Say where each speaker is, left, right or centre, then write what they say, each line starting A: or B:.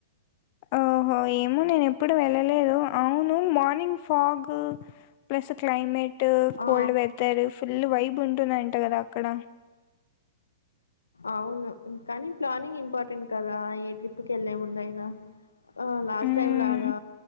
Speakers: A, on the left; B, on the left.
A: ఓహో ఏమో నేను ఎప్పుడు వెళ్ళలేదు. అవును మార్నింగ్ ఫాగ్ కు ప్లస్ క్లైమేట్
B: ఆ
A: cold weather full vibe ఉంటుంది కదా అక్కడ
B: అవును ఇం కానీ ప్లానింగ్ ఇంపార్టెంట్ కదా? ఏ ట్రిప్పు కెళ్ళే ముందు అయిన, ఆ లాస్ట్
A: మ్మ్
B: టైం లాగా